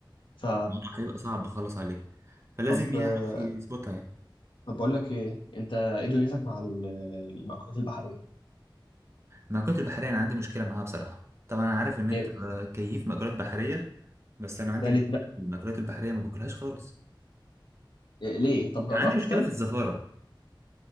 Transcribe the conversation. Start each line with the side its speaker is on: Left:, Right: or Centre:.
Left: ف
Right: الموضوع هيبقى صعب خالص عليه فلازم
Left: طب
Right: يعرف
Left: آه،
Right: يظبطها يعني
Left: طب بقول لك ايه انت ايه دنيتك مع ال- المأكولات البحريه
Right: المأكولات البحرية أنا عندي مشكلة معاها بصراحة طبعا أنا عارف إن أنت
Left: إيه؟
Right: كيف مأكولات بحرية بس أنا عندي
Left: ده
Right: مشكلة
Left: ليه
Right: في المأكولات البحرية ما باكلهاش خالص
Left: إيه، ليه طب جربت
Right: أنا عندي مشكلة
Left: طيب
Right: في الزفارة